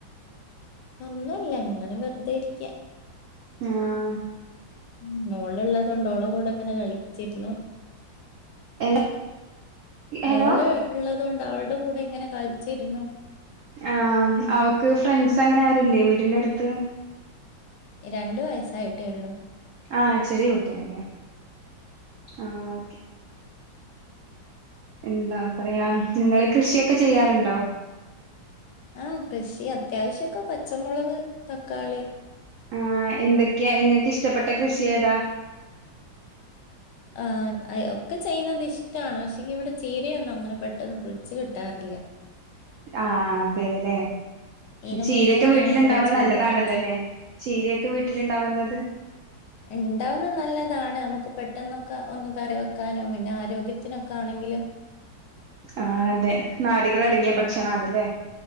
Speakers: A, on the left (about 70°); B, on the right (about 80°).
A: അന്നല്ല ഇങ്ങനെ വെറുതെ ഇരിക്ക
B: ആഹ്
A: ഉ മഓള്ള്ളത കൊണ്ട് ഓള കൂടെ ഇങ്ങനെ കഴിച്ചിരുന്നു
B: എന്ത
A: മോള്
B: ഹലോ
A: ഉള്ളത് കൊൊണ്ട് അവളടെ കൂടെ എങ്ങനെ കളിച്ചിരുന്നു
B: ആഹ അവക്ക് ഫ്രണ്ട്സ് അങ്ങനെ ആരുല്ലേ വീടിന്റെ അടുത്ത്
A: രണ്ടു വയസായിട്ടേ ഉള്ളൂ
B: ആഹ ചെറിയ കുട്ടിയണല്ലേ ആ ഓക്കെ എന്താ പറിയാ നിങ്ങള് കൃഷിയൊക്കെ ചെയ്യാറ്ണ്ടോ
A: ആഹ് കൃഷി അത്യാവശ്യൊക്കെ പച്ചമൊളക് തക്കാളി
B: ആഹ് എന്തെക്ക്യെ ഇങ്ങക്ക് ഇഷ്ടപ്പെട്ട കൃഷിയേതാ
A: ആഹ് അയ് ഒക്കെ ചെയ്യുന്നത് ഇഷ്ടാണ് പക്ഷേങ്കി ഇവടെ ചീരയൊന്നും അങ്ങനെ പെട്ടന്ന് പിടിച്ച് കിട്ടാറ്ല്ല
B: ആഹ് അതേലെ
A: ഇതിനു
B: ചീരയൊക്കെ
A: മുന്നേ ഒക്കെ
B: വീട്ടില്
A: ഞാൻ
B: ഇണ്ടാവാ
A: കുറെ ചെയ്തിരുന്നു
B: നല്ലതാണല്ലോല്ലെ ചീരയൊക്കെ വീട്ടില് ഇണ്ടാവുന്നത്
A: ഇണ്ടാവുന്നെ നല്ലതാണ് നമുക്ക് പെട്ടെന്നൊക്കെ ഒന്ന് കറി വെ ക്കാനും പിന്നെ ആരോഗ്യത്തിനൊക്കാണെങ്കിലും
B: ആഹ് അതെ നാര്കളടങ്ങിയ
A: പിന്നെ
B: ഭക്ഷണാണ്ല്ലേ